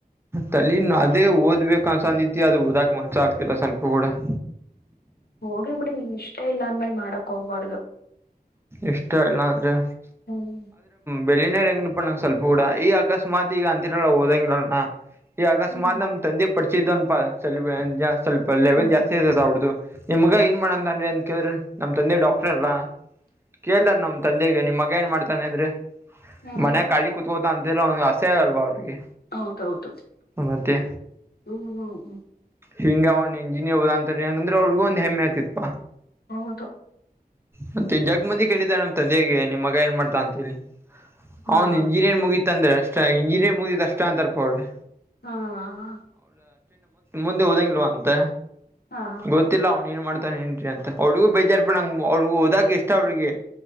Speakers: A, on the right; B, on the left.
A: ತಲಿ ಅದೇ ಓದ್ಬೇಕ ಅನ್ಸಂದತಿ ಅದು ಓದಾಕ್ ಮನ್ಸ ಆಗ್ತಿಲ್ಲ ಸ್ವಲ್ಪ ಕೂಡ <inaudible>
B: ಹೋಗಿಬಿಡಿ ನೀನ್ ಇಷ್ಟ ಇಲ್ಲ ಆದ್ಮೇಲೆ ಮಾಡಕ್ ಹೋಗ್ಬಾರ್ದು
A: ಇಷ್ಟ ಇಲ್ಲ ಆದ್ರೆ
B: ಹ್ಮ್
A: ಬೆಲೆನೇ ಇಲ್ಲ ಈಗ ಸ್ವಲ್ಪ ಕೂಡ ಈಗ ಅಕಸ್ಮಾತ್ ಈಗ ಅಂತಿರಲ್ಲ ಓದಂಗಿಲ್ಲ ಈಗ ಅಕಸ್ಮಾತ್
B: ಹ್ಮ್
A: ನಮ್ ತಂದೆ ಪರಿಚಯಾ ಇದ್ದವನುಪಾ ಫ್ರೆಂಡ್ ಸ್ವಲ್ಪ ಲೆವೆಲ್
B: ಹ್ಮ್
A: ಜಾಸ್ತಿ ಇದ್ದದ್ದು ಅವರ್ದು ನಿಮ್ಗ ಏನ್ ಮಾಡನಾನಿ ಅಂತ ಕೇಳಿದ್ರೆ ನಮ್ ತಂದೆ ಡಾಕ್ಟರ್ ಅಲ್ಲಾ ಕೇಳ್ದಾರ ನಮ್ ತಂದೆಗೆ ನಿಮ್ಮ ಮಗ ಏನ್ ಮಾಡ್ತಾನ ಇದ್ರೆ
B: ಹ್ಮ್
A: ಮನೆ ಖಾಲಿ ಕುೂತ್ಕೋ ಅಂತಲ್ಲ ಅಂತಿಯಲ್ಲ ಅಸ್ಸಯ್ಯ ಅವಾಗಲ್ವ ಅವ್ರಿಗೆ
B: ಹೌದೌದು
A: ಮತ್ತೆ
B: ಹ್ಮ್ ಹ್ಮ್ ಹ್ಮ್
A: ಹಿಂಗ ಅವ್ ಇಂಜಿನಿಯರ್ ಓದ ಅಂತ ಆದ್ರೆ ಅವ್ರಿಗು ಒಂದ ಹೆಮ್ಮೆ ಆಕತಿತ್ತು
B: ಹೌದು
A: ಮತ್ತನ್ ಜಗ್ ಮಂದಿ ಕೇಳಿದಿದ್ದಾರೆ ನಮ್ ತಂದೆಗೆ ನಿಮ್ ಮಗ ಏನ್ ಮಾಡ್ತಾ ಅಂತೇಳಿ
B: ಹಾ
A: ಅವನ್ ಇಂಜಿನಿಯರ್ ಮುಗೀತ್ ಅಂದ್ರೆ ಅಷ್ಟ ಇಂಜಿನಿಯರ್ ಮುಗಿದ್ ಅಷ್ಟ ಅಂತರ್ಪ ಅವ್ರಿ
B: ಹ್ಮ
A: ಮುಂದೆ ಓದಂಗಲ್ವಾ ಅಂತ
B: ಹಾ
A: ಗೊತ್ತಿಲ್ಲ ಅವ್ನ್ ಏನ್ ಮಾಡ್ ಅಂತ ಅವ್ಗೂ ಬೇಜಾರ್ ಬ ನಂಗೆ ಅವ್ಗ ಹೋದಕ್ ಇಷ್ಟ ಅವ್ರಿಗೆ